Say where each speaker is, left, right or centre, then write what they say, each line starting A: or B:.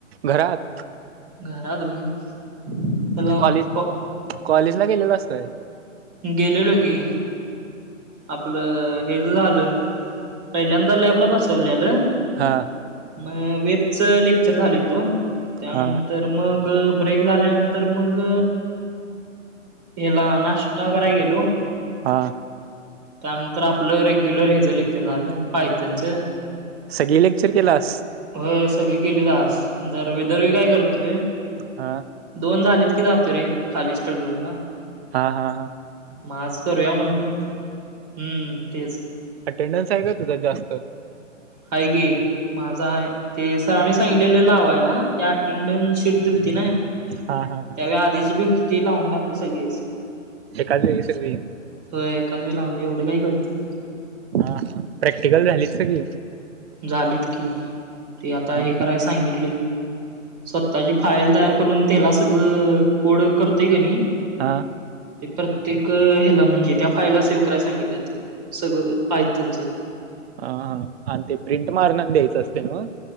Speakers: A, on the right; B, on the right.
A: घरात.
B: घरा होय तुला
A: कॉलेज
B: क
A: कॉलेजला गेलेलास काय?
B: गेलेलो की. आपलं हेच झालं पहिल्यांदा लॅबला बसवलेलं
A: हा.
B: म वेबच लेक्चर झालीत दोन त्यानंतर
A: हा
B: मग ब्रेक झाल्यानंतर मग हेला नाष्टा कराय गेलो.
A: हा
B: त्यानंतर आपलं रेग्युलर हे झाले ते झालं. पाय त्यांचं
A: सगळी लेक्चर केलास?
B: होय. सगळी गेलीत आज, दरवेळी दरवेळी काय करतोय
A: हा
B: दोन झालेत की, जातो रे, खाली स्टडरूम ला
A: हा हा हा
B: म आज करूया म्हणलो. हम्म तेच
A: अटेंडन्स हाय का तुझा जास्त
B: हाय की, माझा हाय, ते सरांनी सांगलेले लावायला, त्या अटेंडन्स शीट दिलती नाय
A: हा हा हा
B: त्यावेळी आधीच बी होती, ती लावून टाकली सगळीच
A: एकाच वेळी सगळी
B: हो एकाच वेळी लावली, एवढ काय कळती
A: हा हा, प्रॅक्टिकल झालीच सगळी
B: झालीत की, तती आता
A: हा
B: हे कराय सांगितलय स्वतःची फाईल तयार करून त्याला सगळ कोड करतोय क नी
A: हां
B: ते प्रत्येक हेला म्हणजे त्या फाईलला सेव्ह करायला सांगितल्यात. सगळं पाहय त्यांचं
A: आ आणि ते प्रिंट मारणार द्यायचं असतय नव्ह.